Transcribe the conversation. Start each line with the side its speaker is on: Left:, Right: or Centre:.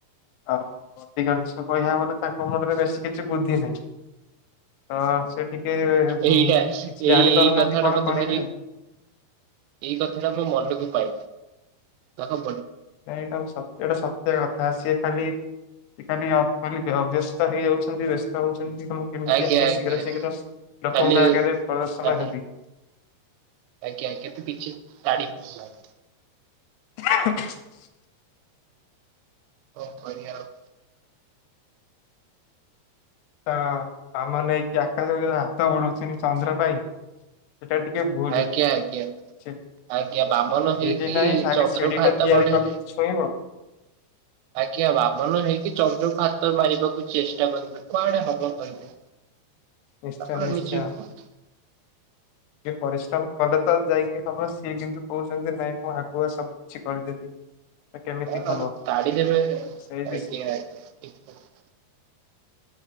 Left: ଆଉ। ଅଧିକାଂଶ କହିବାକୁ ଗଲେ ତାଙ୍କ ମୁଣ୍ଡରେ ବେଶୀ କିଛି ବୁଦ୍ଧି ନାହିଁ ତ ସେ ଟିକେ କିଛି
Right: ଏଇଟା ଏଇ
Left: ଜାଣି
Right: ଏଇ
Left: ପାରୁନାହାନ୍ତି
Right: କଥାଟା
Left: କଣ
Right: ମତେ
Left: କରିବେ
Right: ଭାରି
Left: ଆଉ।
Right: ଏଇ କଥା ଟା ମୋ ମନକୁ ପାଇବା ତାଖ।
Left: ନ ଏଇଟା ଏଇଟା ସତ୍ୟ କଥା ସିଏ ଖାଲି ସେ ଖାଲି ଖ ଅବ୍ୟସ୍ତ ହେଇଯାଉଛନ୍ତି ବ୍ୟସ୍ତ ହଉଛ ମୁଁ କେମିତି
Right: ଆଜ୍ଞା
Left: ଆଗେ
Right: ଆଜ୍ଞା
Left: ଶୀଘ୍ର ଶୀଘ୍ର ଲୋକଙ୍କ
Right: ଖାଲି
Left: ଆଗରେ ପ୍ରଦର୍ଶନ
Right: ଖାଲି
Left: ହେବି।
Right: ଆଜ୍ଞା ଆଜ୍ଞା ତୁ ପିଛେ ତାଡି ପଲାଗ୍।
Left: <unintelligible>
Right: ଙ୍କ କରିବା ଆଉ।
Left: ତ ବାମନ ହେଇକି ଆକାଶକୁ ଯ ହାତ ବଢଉଛନ୍ତି ଚନ୍ଦ୍ର ପାଇଁ। ସେଟା ବି ଟିକେ ଭୁଲୁ
Right: ଆଜ୍ଞା ଆଜ୍ଞା।
Left: ସେ
Right: ଆଜ୍ଞା ବାମନ
Left: ଶିଢି
Right: ହେଇକି
Left: ନାଇଁ ଆଗେ
Right: ଚନ୍ଦ୍ରକୁ
Left: ଶିଢି
Right: ହାତ
Left: ଟା ତିଆରି
Right: ବଢେଇଲେ।
Left: କଲେ ତ ଛୁଇଁବ।
Right: ଆଜ୍ଞା ବାମନ ହେଇକି ଚନ୍ଦ୍ରକୁ ହାତର ମାରିବାକୁ ଚେଷ୍ଟା କରିବେ କୁଆଡେ ହବ କହିଲେ।
Left: ନିଶ୍ଚୟ
Right: ଆପଣ
Left: ନିଶ୍ଚୟ
Right: ନିଜେ କୁହନ୍ତୁ?
Left: ଟିକେ ପରିଶ୍ରମ କଲେ ତ ଯାଇକି ହବ ସିଏ କିନ୍ତୁ କୋହୁଚନ୍ତି ନାଇଁ ମୁଁ ଆଗୁଆ ସବୁ କିଛି କରିଦେବି। ତ କେମିତି
Right: ହଁ
Left: ହବ
Right: ତାଡ଼ି ଦେବେ ଆଜ୍ଞା
Left: ସେଇ ବିଷୟ
Right: ଆଜ୍ଞା ଠିକ୍ କଥା।